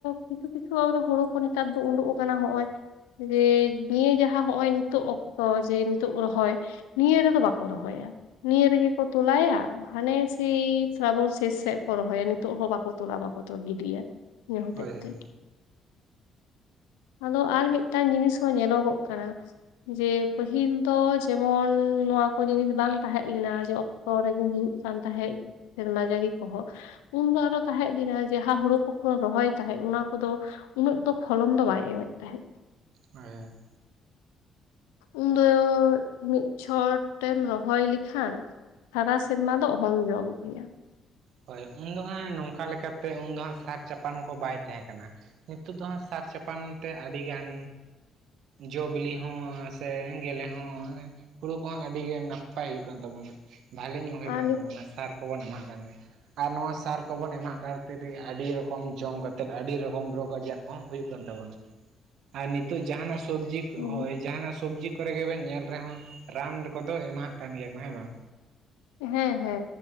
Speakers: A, on the left; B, on the right.
A: ᱠᱤᱪᱷᱩ ᱠᱤᱪᱷᱩ ᱟ ᱦᱩᱲᱩ ᱱᱮᱛᱟᱨ ᱫᱚ ᱩᱰᱩᱠ ᱟᱠᱟᱱᱟ ᱦᱚᱸᱜᱼᱚᱭ ᱡᱮ ᱱᱤᱭᱟᱹ ᱡᱟᱦᱟᱸ ᱦᱚᱜ ᱚᱭ ᱱᱤᱛᱚᱜ ᱚᱠᱛᱚ ᱡᱮ ᱱᱤᱛᱚᱜ ᱨᱚᱦᱚᱭ ᱱᱤᱭᱟᱹ ᱨᱮᱫᱚ ᱵᱟᱠᱚ ᱨᱚᱦᱚᱭᱟ ᱱᱤᱭᱟᱹ ᱨᱮᱜᱮ ᱠᱚ ᱛᱚᱞᱟᱭᱟ ᱦᱟᱱᱮ ᱥᱮᱭ ᱥᱨᱟᱵᱚᱱ ᱥᱮᱥ ᱥᱮᱫ ᱠᱚ ᱨᱚᱦᱚᱭᱟ ᱱᱤᱛᱚᱜ ᱦᱚᱸ ᱵᱟᱠᱚ ᱛᱚᱞᱟ ᱵᱟᱠᱚ ᱜᱤᱰᱤᱭᱟ ᱚᱱᱟ ᱦᱚᱛᱮᱡ
B: ᱦᱳᱭ ᱦᱳᱭ
A: ᱛᱮ ᱟᱫᱚ ᱟᱨ ᱢᱤᱫᱴᱟᱝ ᱡᱤᱱᱤᱥ ᱦᱚᱸ ᱧᱮᱞᱚᱜᱚᱜ ᱠᱟᱱᱟ ᱡᱮ ᱯᱟᱹᱦᱤᱞ ᱫᱚ ᱡᱮᱢᱚᱱ ᱱᱚᱣᱟ ᱠᱚ ᱡᱤᱱᱤᱥ ᱵᱟᱝ ᱛᱟᱦᱮᱸ ᱞᱮᱱᱟ ᱡᱮ ᱚᱠᱛᱚ ᱨᱮᱜᱮ ᱦᱩᱭᱩᱜ ᱠᱟᱱ ᱛᱟᱦᱮᱫ ᱥᱮᱨᱢᱟ ᱡᱟᱹᱲᱤ ᱠᱚᱦᱚᱸ ᱩᱱ ᱫᱚ ᱟᱨᱚ ᱛᱟᱦᱮᱸᱫ ᱞᱤᱱᱟ ᱡᱟᱦᱟᱸ ᱦᱩᱲᱩ ᱠᱚᱵᱚᱱ ᱨᱚᱦᱚᱭ ᱛᱟᱦᱮᱸᱫ ᱚᱱᱟ ᱠᱚᱫᱚ ᱩᱱᱟᱹᱜ ᱫᱚ ᱯᱷᱚᱞᱚᱱ ᱫᱚ ᱵᱟᱭ ᱮᱢᱮᱫ ᱛᱟᱦᱮᱸᱫ
B: ᱦᱮᱸ
A: ᱩᱱ ᱫᱚ ᱢᱤᱫ ᱪᱷᱚᱴᱮᱢ ᱨᱚᱦᱚᱭ ᱞᱮᱠᱷᱟᱱ ᱥᱟᱨᱟ ᱥᱮᱨᱢᱟ ᱫᱚ ᱚᱦᱚᱢ ᱡᱚᱢ ᱠᱮᱭᱟ᱾
B: ᱦᱚᱭ ᱩᱱᱫᱚ ᱦᱟᱸᱜ ᱱᱚᱝᱠᱟ ᱞᱮᱠᱟ ᱛᱮ ᱩᱱ ᱫᱚ ᱦᱟᱸᱜ ᱥᱟᱨ ᱪᱟᱯᱟᱱ ᱠᱚ ᱵᱟᱭ ᱛᱟᱦᱮᱸ ᱠᱟᱱᱟ ᱱᱤᱛᱚᱜ ᱫᱚ ᱦᱟᱸᱜ ᱥᱟᱨ ᱪᱟᱯᱟᱱ ᱛᱮ ᱟᱹᱰᱤ ᱜᱟᱱ ᱡᱚ ᱵᱤᱞᱤ ᱦᱚᱸ ᱥᱮ ᱜᱮᱞᱮ ᱦᱚᱸ ᱦᱩᱲᱩ ᱠᱚᱦᱚᱸ ᱟᱹᱰᱤ ᱜᱮ ᱱᱟᱯᱟᱭ ᱦᱩᱭᱩᱜ ᱠᱟᱱ ᱛᱟᱵᱚᱱᱟ ᱵᱷᱟᱞᱤ ᱧᱚᱜ ᱦᱩᱭᱩᱜ
A: ᱟᱨ
B: ᱠᱟᱱ
A: ᱱᱤᱛ
B: ᱛᱟᱵᱚᱱᱟ ᱥᱟᱨ ᱠᱚᱵᱚᱱ ᱮᱢᱟᱜ ᱠᱟᱱ ᱛᱟᱦᱮᱸ ᱥᱟᱨ ᱠᱚᱵᱚᱱ ᱮᱢᱟᱜ ᱠᱷᱟᱹᱛᱤᱨ ᱜᱮ ᱟᱹᱰᱤ ᱨᱚᱠᱚᱢ ᱡᱚᱢ ᱠᱟᱛᱮᱫ ᱟᱹᱰᱤ ᱨᱚᱠᱚᱢ ᱨᱳᱜᱽ ᱟᱡᱟᱨ ᱠᱚᱦᱚᱸ ᱦᱩᱭᱩᱜ ᱠᱟᱱ ᱛᱟᱵᱚᱱᱟ
A: <inaudible>
B: ᱟᱨ ᱱᱤᱛᱚᱜ ᱡᱟᱦᱟᱸ ᱱᱟᱜ ᱥᱚᱵᱽᱡᱤ
A: ᱦᱩᱸ
B: ᱦᱳᱭ ᱡᱟᱸᱦᱟᱱᱟᱜ ᱥᱚᱵᱽᱡᱤ ᱠᱚ ᱠᱚᱨᱮ ᱜᱮᱵᱮᱱ ᱧᱮᱞ ᱨᱮᱦᱚᱸ ᱨᱟᱱ ᱠᱚᱫᱚ ᱮᱢᱟᱦᱟᱜ ᱠᱟᱱ ᱜᱮᱭᱟ ᱠᱚ ᱦᱮᱸ ᱵᱟᱝ
A: ᱦᱮᱸ ᱦᱮᱸ